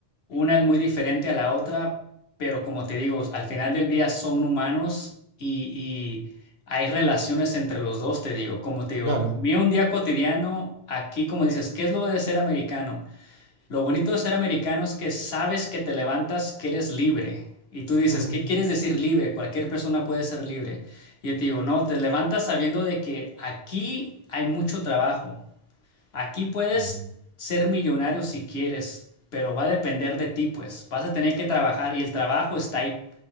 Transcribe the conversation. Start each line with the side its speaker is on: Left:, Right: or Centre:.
Left: Una es muy diferente a la otra, pero como te digo, al final del día son humanos y, y hay relaciones entre los dos, te digo. Como te digo,
Right: Claro.
Left: mira un día cotidiano, aquí como dices, ¿qué es lo de ser americano? Lo bonito de ser americano es que sabes que te levantas, que eres libre. Y tú dices,
Right: Ujú.
Left: ¿qué quieres decir libre? Cualquier persona puede ser libre. Y yo te digo, no, te levantas sabiendo de que aquí hay mucho trabajo. Aquí puedes
Right: Ujú.
Left: ser millonario si quieres, pero va a depender de ti, pues. Vas a tener que trabajar y el trabajo está ahí.